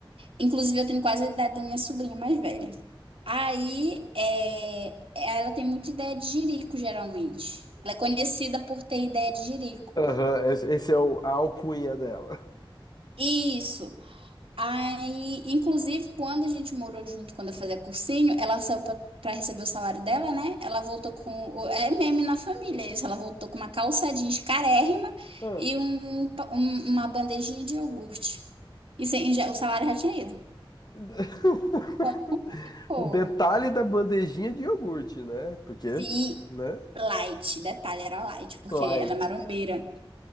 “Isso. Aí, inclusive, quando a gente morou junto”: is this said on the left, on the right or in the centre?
Right